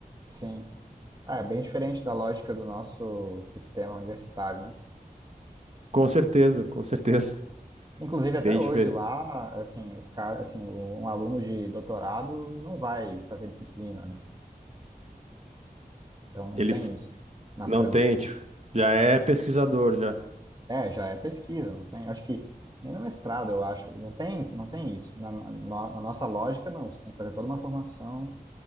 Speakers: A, on the right; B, on the right.
A: Sim. Ah, é bem diferente da lógica do nosso sistema universitário, né?
B: Com certeza, com certeza. <laughs>
A: Inclusive, até
B: Bem diferente.
A: hoje lá, assim, os caras, assim, o- um aluno de doutorado não vai fazer disciplina, né? Então, não
B: Ele
A: tem
B: f-
A: isso na
B: não
A: França.
B: tem, tipo, já é pesquisador, já.
A: É, já é pesquisa, não tem. Acho que nem no mestrado, eu acho, não tem, não tem isso. Na, na- na nossa lógica, não. Você tem que fazer toda uma formação,